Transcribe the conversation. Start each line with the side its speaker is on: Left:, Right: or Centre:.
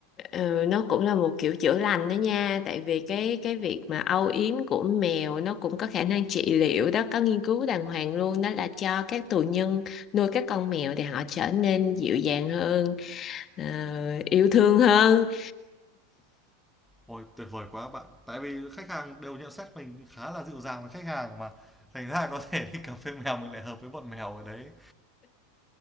Left: Ừ, nó cũng là một kiểu chữa lành đó nha tại vì cái cái việc mà âu yếm của mèo nó cũng có khả năng trị liệu đó có nghiên cứu đàng hoàng luôn đó là cho các tù nhân nuôi các con mèo thì họ trở nên dịu dàng hơn ờ, yêu thương hơn
Centre: Ôi, tuyệt vời quá bạn. Tại vì khách hàng đều nhận xét mình khá là dịu dàng với khách hàng mà. Thành ra có thể đi cà phê mèo mình lại hợp với bọn mèo ở đấy.